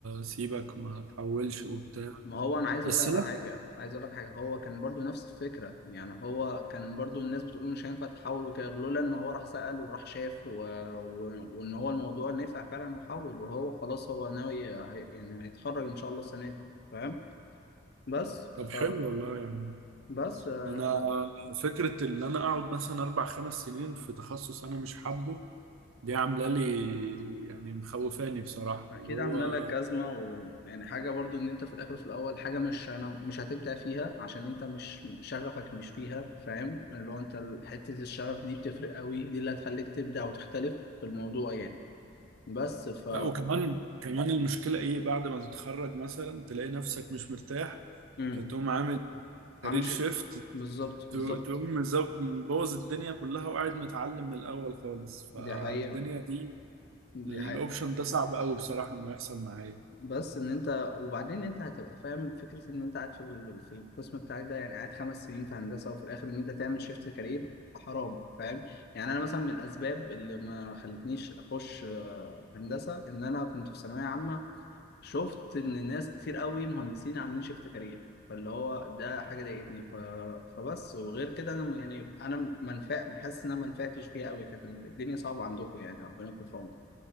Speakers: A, on the right; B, on the left.
A: سيبك ما تحولش وبتاع
B: ما هو انا عايز
A: بس
B: اقول لك على
A: لا
B: حاجه عايز اقول لك حاجه هو كان برضو نفس الفكره يعني هو كان برضو الناس بتقول مش هينفع تحول وكده لولا ان هو راح سأل وراح شاف و... و... وان هو الموضوع نفع فعلا وحول وهو خلاص هو ناوي هي... يعني هيتخرج ان شاء الله السنه دي فاهم بس
A: طب حلو
B: ف...
A: والله يعني
B: بس آه،
A: انا فكرة ان انا اقعد مثلا اربع خمس سنين في تخصص انا مش حابه دي عاملة لي يعني مخوفاني بصراحة
B: فأكيد
A: اللي هو
B: عاملة لك أزمة ويعني حاجة برضو إن أنت في الآخر في الأول حاجة مش أنا مش هتبدع فيها عشان أنت مش شغفك مش فيها فاهم اللي هو أنت ال- حتة الشغف دي بتفرق قوي دي اللي هتخليك تبدع وتختلف في الموضوع يعني بس ف
A: لا وكمان كمان المشكلة ايه بعد ما تتخرج مثلا تلاقي نفسك مش مرتاح
B: مم.
A: فتقوم عامل كارير
B: عامل ش...
A: شيفت
B: بالظبط بالظبط
A: تقوم مزب- مبوظ الدنيا كلها وقاعد متعلم من الأول خالص فالدنيا
B: دي حقيقة
A: دي
B: دي
A: الأوبشن
B: حقيقة
A: ده صعب أوي بصراحة إنه يحصل معايا
B: بس ان انت وبعدين انت هتبقى فاهم فكره ان انت قاعد في ال- في القسم بتاعك ده يعني قاعد خمس سنين في هندسه وفي الاخر ان انت تعمل شيفت كارير حرام فاهم يعني انا مثلا من الاسباب اللي ما خلتنيش اخش آه، هندسه ان انا كنت في ثانويه عامه شفت ان ناس كتير قوي مهندسين عاملين شيفت كارير فاللي هو ده حاجه ضايقتني ف... فبس وغير كده انا م- يعني انا منفع حاسس ان انا ما نفعتش فيها قوي كانت الدنيا صعبه عندكم يعني ربنا يكون في عونكم